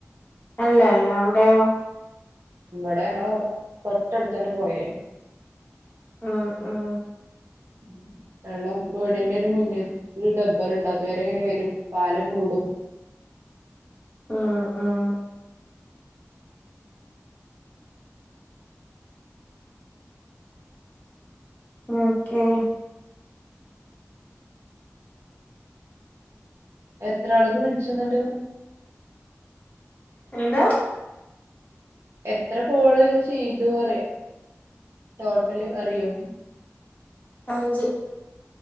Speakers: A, on the left; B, on the right.
A: അല്ല അല്ല അവിടെയോ
B: ഇബടെ ഞങ്ങള് തൊട്ടടുത്തന്നെ പൊയാണ്
A: ആഹ് ആഹ്
B: ഉം വെള്ളം വീടിന്റെ ഒരു മുന്നില് ഡബ്ബറുണ്ട് അതുവരെങ്ങനെ വരും പാലം മൂടും <inaudible>
A: ആഹ് ആഹ് ഓക്കെ
B: എത്ര ആൾക്ക് വിളിച്ചന്നിട്ട്
A: എന്താ
B: എത്ര കോള് ചെയ്തു അറിയ ടോട്ടല് അറിയോ
A: അഞ്ച്